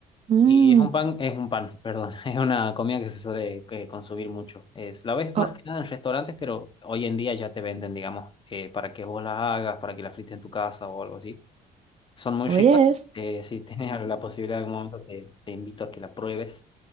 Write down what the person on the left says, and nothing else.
Y es un pan, es un pan, perdón, <laughs> es una comida que se suele eh, consumir mucho. Es, la ves
más que nada en restaurantes, pero hoy en día ya te venden, digamos, eh, para que vos las hagas, para que las frites en tu casa o algo así. Son muy
ricas.
eh, si <laughs> tienes la posibilidad en algún momento, te, te invito a que la pruebes.